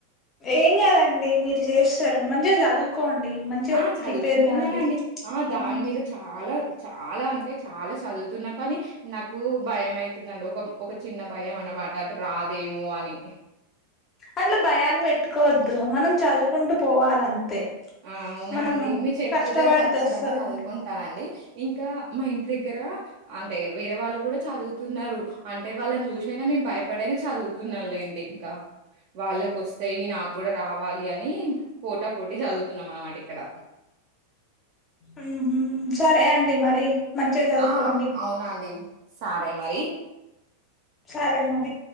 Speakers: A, on the left; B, on the right.
A: ఏం కాాదండి మీర్ చేస్తరు మంచిగా చదువుకోండి మంచిగా
B: ఆ చదువుకుంటున్నానండి
A: ప్రిపేర్ కాండి
B: ఆ దాని
A: ఉమ్.
B: మీద చాల్ చాలా అంటే చాలా చదువుతున్నా కానీ నాకు భయమయితుందండి ఒక ఒక చిన్న భయం అన్నమాట అంట రాదేమో అని
A: అట్ల భయాలు పెట్టుకోవద్దు మనం చదువుకుంటూ పోవాలంతే
B: ఆ అవునా
A: మనము
B: అండి మీర్ చెప్పిరు
A: కష్టపడితే
B: కదా ఖచ్చితంగా
A: వస్తదండి
B: చదువుకుంటానండి ఇంకా మా ఇంటి దగ్గర అంటే వేరే వాళ్ళు కూడ చదువుతున్నారు అంటే వాళ్ళని చూసైన నేన్ భయపడైనా చదువుతున్నాలేండి ఇంకా వాళ్ళకు వస్తాయి నాక్ కూడా రావాలి అని పోటా పోటీ చదువు తున్నాం అనమాట ఇక్కడ
A: ఉ హుమ్ సరే అండి మరి మంచిగా చదువుకోండి
B: ఆ అవునండి సరే మరి
A: సరే మరి